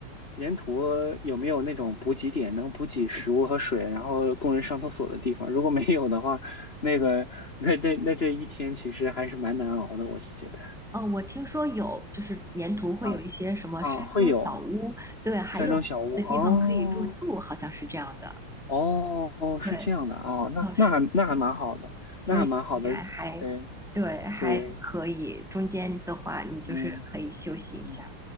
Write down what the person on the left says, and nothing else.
沿途有没有那种补给点，能补给食物和水，然后供人上厕所的地方。如果没有的话，那个那那那这一天其实还是蛮难熬的，我觉得。
啊啊，会有
山中小屋哦。
哦哦，是这样的哦，
那那还那还蛮好的，
那还蛮好的，对
对，
嗯嗯，